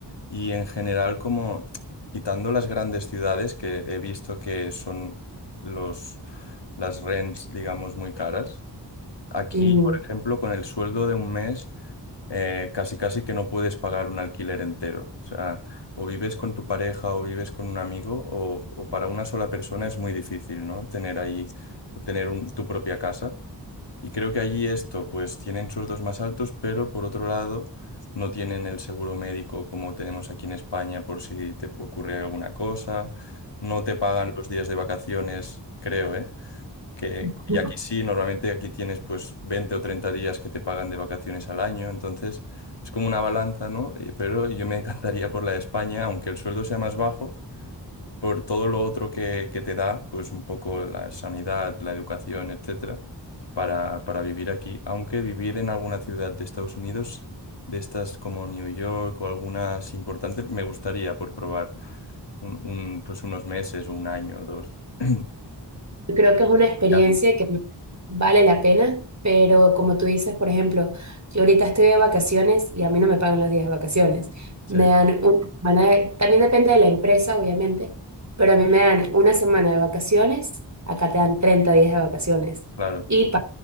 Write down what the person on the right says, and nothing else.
Ujú.
<laughs>
Yo Creo que es una experiencia
que vale la pena, pero como tú dices, por ejemplo, yo ahorita estoy de vacaciones y a mí no me pagan los días de vacaciones.
Me dan una semana, de- también depende de la empresa, obviamente, pero a mí me dan una semana de vacaciones, acá te dan 30 días de vacaciones.
y